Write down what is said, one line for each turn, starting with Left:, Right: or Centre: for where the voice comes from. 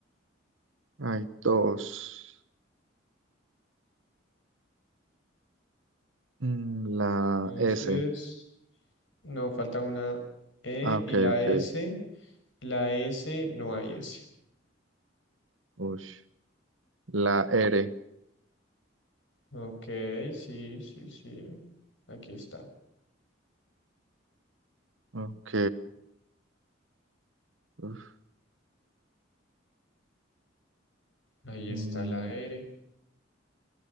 Right: Hay dos. Mm, La
Left: Entonces,
Right: S.
Left: no, falta una E
Right: Ah, ok,
Left: y la
Right: ok.
Left: S. La S, no hay S.
Right: Ush. La R.
Left: Ok, sí, sí, sí. Aquí está.
Right: Ok, uf,
Left: Ahí
Right: mm,
Left: está la R.